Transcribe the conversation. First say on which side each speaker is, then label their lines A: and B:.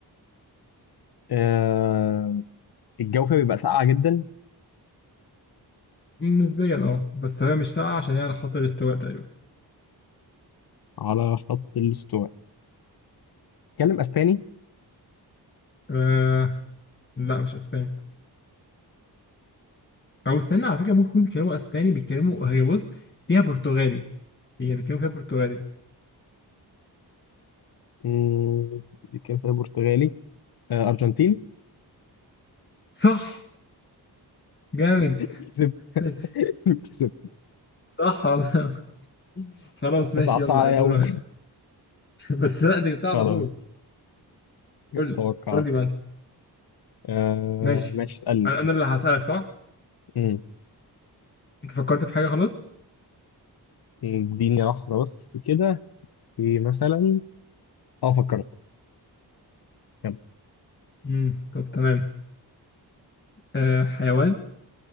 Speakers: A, on the left; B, on the left.
A: آه الجو فيها بيبقى ساقعة جدا
B: نسبيا اه بس هي مش ساقعه عشان هي على خط الاستواء تقريبا
A: على خط الاستواء بيتكلم اسباني
B: آه لا مش اسبانيا او استنى على فكره ممكن يكونوا بيتكلموا اسباني بيتكلموا هي بص فيها برتغالي هي بيتكلموا فيها برتغالي
A: مم. بيتكلم برتغالي آه ارجنتيني
B: صح جامد
A: <laughs> كسبت
B: <laughs>
A: كسبت
B: صح والله خلاص ماشي
A: صعبت
B: يلا
A: عليا
B: يا دور
A: قوي
B: <laughs> بس لا دي بتاع على
A: خلاص
B: طول قول لي
A: توقعت
B: قول لي بقى
A: آه
B: ماشي
A: ماشي اسألني
B: انا أنا اللي هسألك صح
A: مم.
B: انت فكرت في حاجه خلاص
A: اديني لحظة بس كده في مثلا اه فكرت يلا
B: امم طب تمام أه حيوان